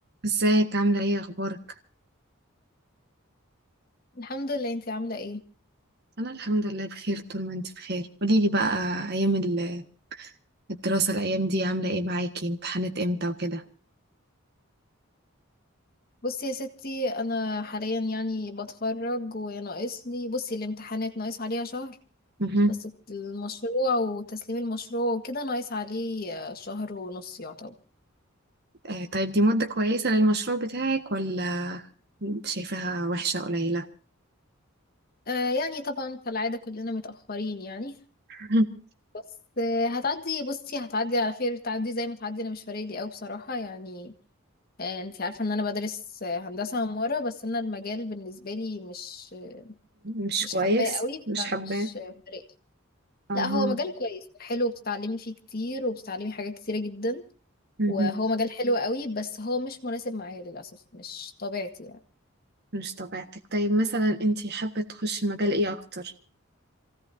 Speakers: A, on the right; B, on the left.
A: ازيك عاملة ايه اخبارك
B: الحمد لله انتي عاملة ايه
A: انا الحمد لله بخير طول ما انت بخير قوليلي بقى ايام ال- الدراسة الايام دي عاملة ايه معاكي امتحانات امتى وكده
B: بصي يا ستي انا حاليا يعني بتخرج وناقص لي بصي الامتحانات ناقص عليها شهر
A: مهم.
B: بس المشروع وتسليم المشروع وكده ناقص عليه آه، شهر ونص يعتبر
A: آه طيب دي مدة كويسة للمشروع بتاعك ولا شايفاها وحشة قليلة
B: آه يعني طبعا كالعادة كلنا متأخرين يعني
A: مهم.
B: بس آه هتعدي بصي هتعدي على خير تعدي زي ما تعدي انا مش فارق لي قوي بصراحة يعني آه انتي عارفة ان انا بدرس آه، هندسة عمارة بس انا المجال بالنسبة لي مش
A: مش
B: مش
A: كويس
B: حباه قوي
A: مش
B: فمش
A: حباه
B: فارق
A: اها
B: لا هو مجال كويس حلو بتتعلمي فيه كتير وبتتعلمي حاجات كتيرة جدا
A: مهم.
B: وهو مجال حلو قوي بس هو مش مناسب معايا للأسف مش طبيعتي يعني
A: مش طبيعتك طيب مثلا انت حابة تخشي مجال ايه اكتر